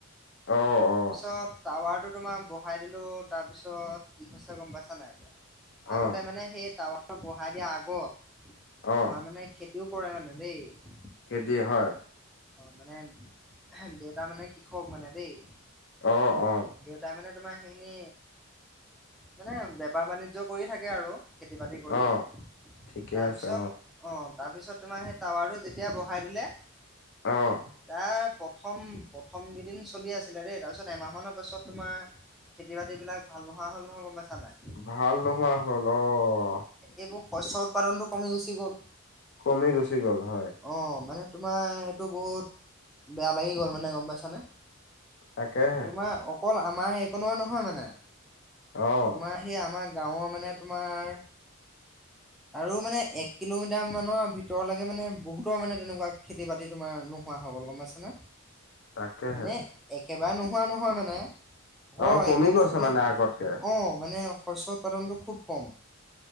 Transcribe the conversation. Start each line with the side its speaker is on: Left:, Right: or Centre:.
Left: অ', অ'।
Centre: পিছত টাৱাৰটো তোমাৰ বহাই দিলোঁ তাৰপিছত কি হৈছে গম পাইছা <unintelligible> আগতে
Left: অ',
Centre: মানে সেই টাৱাৰ বহাই দিয়া আগত
Left: অ',
Centre: আমাৰ মানে খেতিও কৰে মানে দেই।
Left: খেতি হয়।
Centre: অ' মানে দেউতা মানে কৃষক মানে দেই।
Left: অ', অ'।
Centre: দেউতাই মানে তোমাৰ সেইখিনি মানে বেপাৰ বাণিজ্য কৰি থাকে আৰু। খেতি বাতি কৰি,
Left: অ',
Centre: তাৰপিছত
Left: ঠিকে আছে
Centre: অ' তাৰপিছত তোমাৰ সেই টাৱাৰটো যেতিয়া বহাই দিলে
Left: অ'।
Centre: তাৰ প্ৰথম প্ৰথম কেইদিন চলি আছিলে দেই তাৰপিছত এমাহ মানৰ পাছত তোমাৰ খেতি বাতিবিলাক ভাল নোহোৱা হল নহয় গম পাইছা নাই।
Left: ভাল নোহোৱা হ'ল অ'।
Centre: এইবোৰ শস্যৰ উৎপাদনটো কমি গুচি গ'ল।
Left: কমি গুচি গ'ল হয়।
Centre: অ' মানে তোমাৰ সেইটো বহুত বেয়া লাগি গ'ল মানে গম পাইছানে।
Left: তাকেহে।
Centre: তোমাৰ অকল আমাৰ সেইকণে নহয় মানে,
Left: অ',
Centre: তোমাৰ সেই আমাৰ গাঁৱৰ মানে তোমাৰ আৰু মানে এক কিলোমিটাৰ মানৰ ভিতৰলৈকে মানে বহুতৰ মানে তেনেকুৱা খেতি বা তি তোমাৰ নোহোৱা হৈ গ'ল গম পাইছানে,
Left: তাকেহে
Centre: মানে একেবাৰে নোহোৱা নহয় মানে হয়
Left: অ', কমি
Centre: কিন্তু
Left: গৈছে
Centre: মানে
Left: আগতকে
Centre: অ' মানে শস্য উৎপাদনটো খুব কম,